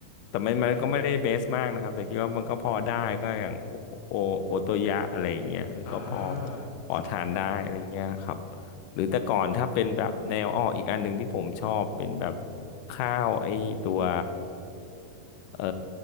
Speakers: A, on the left (about 85°); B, on the left (about 60°).
A: แต่มันมันก็ไม่ได้เบสมากนะครับแต่คิดว่ามันก็พอได้ก็อย่างโอโอโอโตยะอะไรอย่างเงี้ยก็พอ
B: อ่า
A: พอทานได้อะไรเงี้ยครับ หรือแต่ก่อนถ้าเป็นแบบแนวอ้ออีกอันหนึ่งที่ผมชอบเป็นแบบข้าวไอ้ตัวเอ่อ